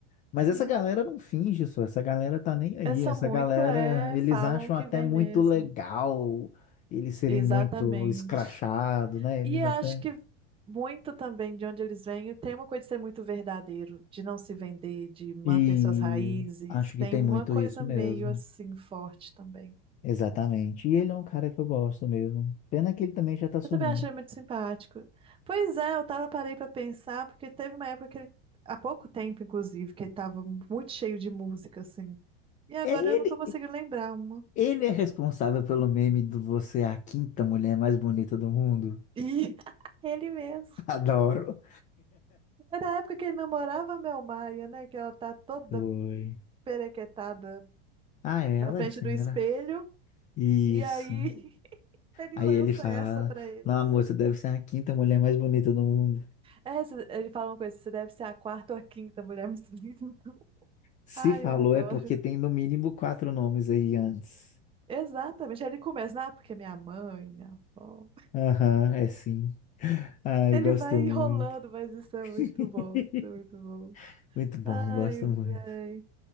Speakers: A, on the left (about 25°); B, on the right (about 15°).
A: Mas essa
B: <laughs>
A: galera não finge só, essa galera tá nem aí.
B: É, São
A: Essa
B: muito,
A: galera,
B: é,
A: eles
B: falam
A: acham
B: o que
A: até
B: vem
A: muito
B: mesmo.
A: legal eles serem
B: Exatamente.
A: muito escrachados, né? Eles
B: E acho
A: até.
B: que muito também de onde eles vêm, tem uma coisa de ser muito verdadeiro, de não se vender, de manter
A: E
B: suas raízes.
A: acho
B: Tem
A: que tem
B: uma
A: muito
B: coisa
A: isso mesmo.
B: meio assim forte também.
A: Exatamente. E ele é um cara que eu gosto mesmo. Pena que ele também já tá sumindo.
B: Eu também achei muito simpático. Pois é, eu tava parei pra pensar, porque teve uma época que ele, há pouco tempo, inclusive, que ele tava muito cheio de música, assim. E agora
A: É ele,
B: eu não tô conseguindo lembrar uma.
A: ele é responsável pelo meme do você é a quinta mulher mais bonita do mundo.
B: E <laughs> ele mesmo.
A: <laughs> Adoro.
B: É da época que ele namorava a Mel Maia, né? Que ela tá toda
A: Foi.
B: perequetada
A: Ah, ela
B: na frente
A: é sem
B: do espelho.
A: graça. Isso.
B: E aí <laughs> ele
A: Aí
B: lança
A: ele fala:
B: essa pra ele.
A: Não, amor, você deve ser a quinta mulher mais bonita do mundo.
B: Essa, ele fala uma coisa, você deve ser a quarta ou a quinta mulher mais <laughs> bonita. do
A: Se
B: Ai,
A: falou
B: eu adoro.
A: é porque tem no mínimo quatro nomes aí antes.
B: Exatamente. Aí ele começa, ah, porque é minha mãe, minha avó.
A: Aham, é sim. Ai,
B: Ele
A: gosto
B: vai
A: muito.
B: enrolando, mas isso é muito
A: <laughs>
B: bom, isso é muito bom.
A: Muito bom,
B: Ai,
A: gosto
B: véi.
A: muito.